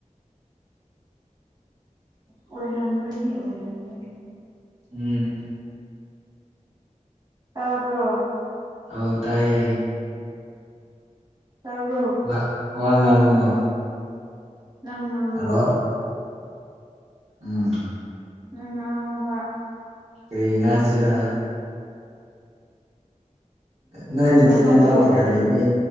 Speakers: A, on the right (about 30°); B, on the right (about 55°).
A: ꯑꯣꯏꯔꯝꯒꯅꯤ ꯑꯣꯏꯔꯝꯒꯅꯤ
B: ꯎꯝ
A: ꯇꯥꯕ꯭ꯔꯣ
B: ꯑꯧ ꯇꯥꯏꯌꯦ
A: ꯇꯥꯕ꯭ꯔꯣ
B: ꯋꯥ ꯋꯥ ꯉꯥꯡꯉꯣ
A: ꯅꯪꯉꯥꯡꯉꯣ
B: ꯍꯜꯂꯣ ꯎꯝ
A: ꯅꯪ ꯉꯥꯡꯉꯣꯕ
B: ꯀꯥꯔꯤ ꯉꯥꯡꯁꯤꯔ ꯅꯣꯏ ꯅꯥꯆꯤꯟ
A: ꯑꯃꯗꯣ
B: ꯅꯥ-ꯅꯥꯎ ꯀꯌꯥ ꯂꯩꯒꯦ